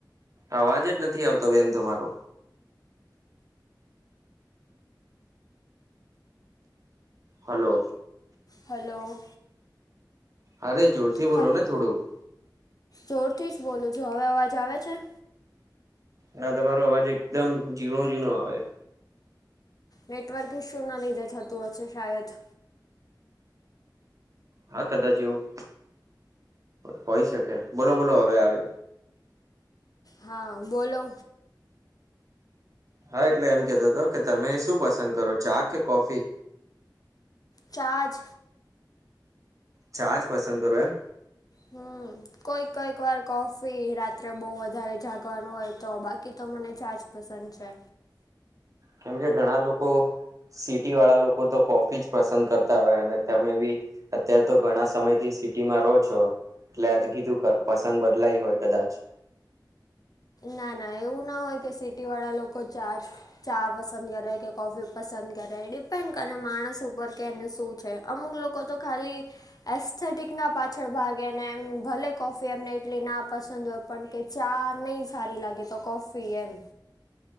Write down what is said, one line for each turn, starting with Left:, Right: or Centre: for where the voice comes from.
Right: આવાજ જ નથી આવતો બેન તમારો હલો.
Left: હલો.
Right: અરે જોરથી બોલો
Left: હલો
Right: ને થોડું.
Left: જોરથી જ બોલું છું હવે અવાજ આવે છે.
Right: ના તમારો અવાજ એકદમ ઝીણો ઝીણો આવે.
Left: નેટવર્ક ઈશુ ના લીધે થતું હશે શાયદ
Right: હા કદાચ એવું હોય શકે બોલો બોલો હવે આવે.
Left: હા બોલો.
Right: હા એટલે એમ કતો હતો કે તમે શું પસંદ કરો ચા કે કોફી
Left: ચા જ.
Right: ચા જ પસંદ કરો એમ.
Left: હમ કોઈક કઈક વાર કોફી રાત્રે બહુ વધારે જાગવાનું હોય. તો બાકી તો મને ચા જ પસંદ છે.
Right: કેમકે ઘણા લોકો સિટી વાળા લોકો તો કોફી જ પસંદ કરતા હોય અને તમે બી અત્યારે તો ઘણા સમય થી સિટીમાં રહો છો. એટલે આ કીધું પસંદ બદલાય હોય કદાચ.
Left: ના ના એવું ના હોય કે સિટી વાળા લોકો ચા જ. ચા પસંદ કરે કે કોફી પસંદ કરે ડિપેન્ડ કરે માણસ ઉપર કે એને શું છે. અમુક લોકો તો ખાલી એસ્થેટિકના પાછળ ભાગે ને એમ ભલે કોફી એમને ઇટલી ના પસંદ હોય પણ કે ચા નહી સારી લાગે તો કોફી એમ